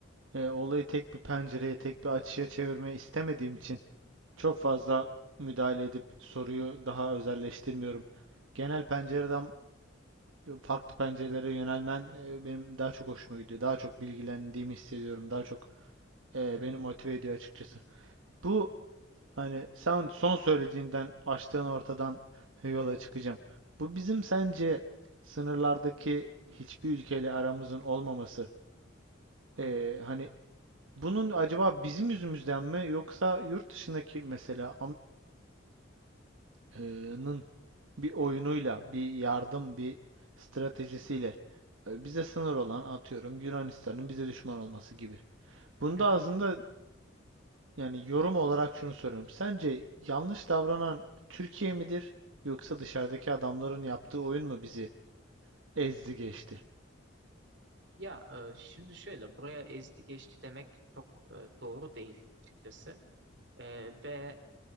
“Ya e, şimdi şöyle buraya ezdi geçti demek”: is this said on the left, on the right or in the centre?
Right